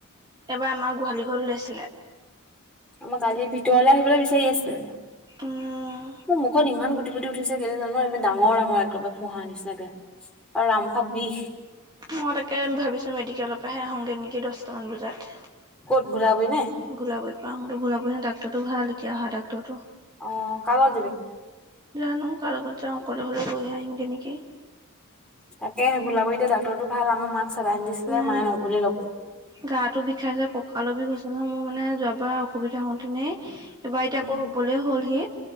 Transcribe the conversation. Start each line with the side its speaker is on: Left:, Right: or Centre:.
Right: এবাৰ আমাৰ গোহালি ঘৰত উলাইছিলে।
Centre: আমাক আজি ভিতৰলৈ আহিবলৈ বিচাৰি আছিলে।
Right: উম
Centre: মুখত ইমান গোট গুটিগুটি উঠিছে কেই জানো এ ডাঙৰ ডাঙৰ একদমাৰে ফোঁহা নিচাকে আৰু ৰামফা বিষ।
Right: মই তাকে ভাবিছোঁ মেডিকেলৰ পৰাহে আহোগৈ নেকি দহটামান বজাত।
Centre: ক'ত ভোলাবৰি নে
Right: ভোলাব পাতে ভোলাব ন ডাক্তৰটো ভাল এতিয়া অহা ডাক্তৰটো।
Centre: অ', কাৰ লগত যাবি?
Right: জানো কাৰ লগত যাওঁ অকলে হ'লেও গৈ আহিমগৈ নেকি।
Centre: তাকে বওলাব এতিয়া ডাক্তৰো ভাল আমাৰ মাক চেলাইন দিছিলে
Right: তমাৰ
Centre: মায়ে নগলে ল'বলৈ
Right: গা বিষাইছে ককাঁলো বিষ গৈছে নহয় মোৰ মানে যোৱা বা অসুবিধা হওঁতেনে এবাৰ এতিয়া
Centre: উম
Right: আকৌ হ'বলে হ'লহি